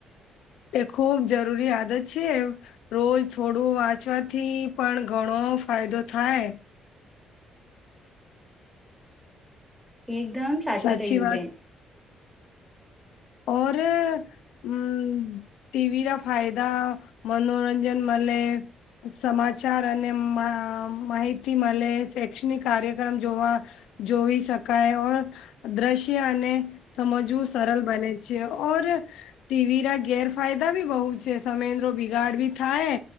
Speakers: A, on the left; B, in the centre.
A: એ ખૂબ જરૂરી આદત છે, એમ. રોજ થોડું વાંચવાથી પણ ઘણો ફાયદો થાય.
B: એકદમ સાચું
A: સાચી
B: કયું
A: વાત
B: બેન.
A: <unintelligible> <unintelligible> ટીવી ના ફાયદા મનોરંજન મલે સમાચાર અને માહિતી મળે શૈક્ષણિક કાર્યક્રમ જોવા જોઈ શકાય દ્રશ્ય અને સમજવું સરળ બને છે. ઓર ટીવી ના ગેરફાયદા ભી બહુ છે સમયન્દ્રો બિગાડ બી થાય.